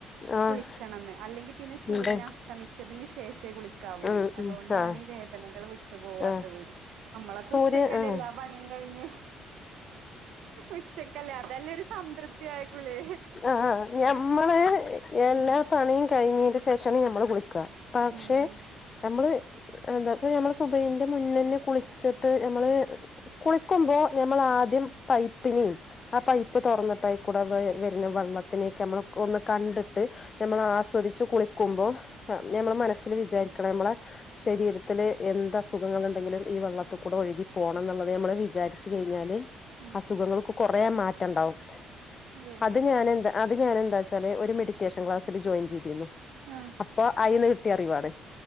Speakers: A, on the left (about 25°); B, on the right (about 75°).
A: ആഹ്
B: കുളിക്കണംന്ന് അല്ലെങ്കിൽ പിന്നെ സൂര്യൻ
A: ഉണ്ട്
B: അസ്തമിച്ചതിന് ശേഷ ശേഷം കുളിക്കാവൂന്ന്
A: ഉം
B: അതൊണ്ടാണ്
A: ഉം ആഹ്
B: ഈ വേദനകള് വിട്ട് പോവാത്തത്
A: ആഹ്
B: നമ്മളൊക്കെ
A: സൂര്യ
B: ഉച്ചക്കല്ലല്ലാ
A: ആഹ്
B: പണിയും കഴിഞ്ഞ് ഉച്ചക്കല്ലേ അതെല്ലരു സംതൃപ്തി ആയക്കുളി
A: ആ ഞമ്മള് എല്ലാ
B: ഉം
A: പണിയും ക കഴിഞ്ഞതിന്റെ ശേഷമാണ് ഞമ്മള് കുളിക്കുക പക്ഷെ
B: ഉം ഉം
A: നമ്മള് അതാ അപ്പൊ നമ്മളെ സ് സുഭന്റെ മുന്നന്നെ കുളിച്ചിട്ട് നമ്മള് കുളിക്കുമ്പോൾ ഞമ്മൾ ആദ്യം പൈപ്പിനെയും ആ പൈപ്പ് തുറന്നിട്ടായിക്കൂടെ വരുന്ന വെള്ളത്തിനെയൊക്കെ നമ്മൾ ഒന്ന് കണ്ടിട് ട്ട് നമ്മള് ആസ്വദിച്ചു കുളി ക്കുബോൾ ആ ഞമ്മൾ
B: ഉം
A: മനസ്സിൽ വിചാരിക്കണം നമ്മളെ ശരീരത്തില് എന്ത സുഖങ്ങള് ഉണ്ടെങ്കിലും ഈ വെള്ളത്തിൽക്കൂടെ ഒഴുകി പോകണം എന്നുള്ളത് ഞമ്മള് വിചാരിച്ചു കഴിഞ്ഞാല്
B: ഉം
A: അസുഖങ്ങള് കു കൊറേ മാറ്റം ഇണ്ടാവും
B: അതെ
A: അത് ഞാനെന്താ അത് ഞാനെന്താ വച്ചാൽ ഒരു മെഡിറ്റേഷൻ ക്ലാസിൽ ജോയിൻ ചെയ്തിരുന്നു
B: ആഹ്
A: അപ്പൊ അയിന്ന് കി കുട്ടി അറിവാണ്